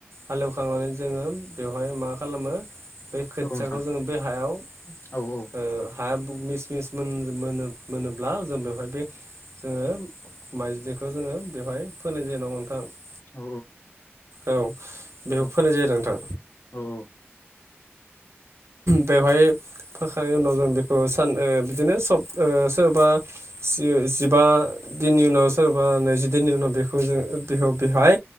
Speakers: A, on the right; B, on the left.
A: हालेवखांनानै जोङो बेवहाय मा खालामो बे खोथियाखौ
B: औ नोंथां
A: जोङो बे हायाव
B: औ औ।
A: ओ हाया मिस मिस मोन-मोनो-मोनोब्ला जों बेवहाय बे जोङो माइज्लिखौ जोङो बेवहाय फोनाय जायो नङा होनबा नोंथां?
B: औ नोंथां
A: औ बेयाव
B: औ
A: फोनाय जायो आरो नोंथां।
B: औ
A: बेवहाय फोखांनायनि उनाव जों बेखौ सान ओ बिदिनो सब ओ सोरबा जि-जिबा दिननि उनाव सोरबा नैजि दिननि उनाव बेखौ जों बेखौ बेहाय